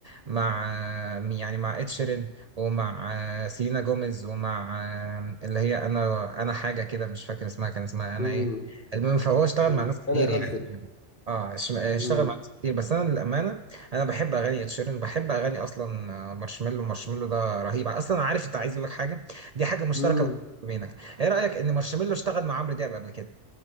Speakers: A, on the right; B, on the left.
A: مع يعني مع اد شيرين ومع سيلينا جوميز ومع اللي هي انا انا حاجه كده مش فاكر اسمها كان اسمها انا
B: مم.
A: ايه المهم فهو اشتغل
B: مم.
A: مع ناس كتير
B: انا يا خالتي
A: يعني اه اش- اشتغل
B: مم.
A: مع ناس كتير بس انا للامانه انا بحب اغاني اد شيرين بحب اغاني اصلا آه، مارشميلو مارشميلو ده رهيب اصلا عارف انت عايز اقول لك حاجه دي حاجه مشتركه
B: مم.
A: بينك ايه رايك ان مارشميلو اشتغل مع عمرو دياب قبل كده